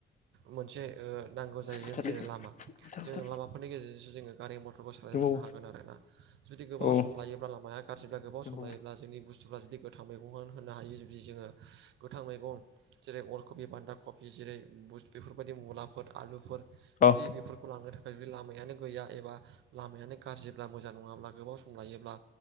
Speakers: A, on the right (about 70°); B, on the left (about 40°).
A: मोनसे ओ नांगौ जायो
B: बुथारनायखौ
A: जेरै लामा
B: बुथार
A: जोंङो
B: बुथार
A: लामाफोरनि गेजेरजोंसो जोङो गारि म <unintelligible> टर सालायलांनो
B: दंबावो
A: हागोन आरोना जुदि गोबाव
B: औ
A: सम लायोब्ला लामाया गाज्रिब्ला गोबाव
B: दंबावो
A: सम लायोब्ला जोंनि बुस्थुफ्रा जुदि गोथां मैगंखौ होनो हायो जुदि जोङो गोथां मैगं जेरै अलकबि बान्दा कबि जेरै बुस बेफोरबायदि मुलाफोर आलुफोर जुदि
B: औ
A: बेफोर खौ लांनो थाखाय जुदि लामायानो गैया एबा लामायानो गाज्रिब्ला मोजां नङाब्ला गोबाव सम लायोब्ला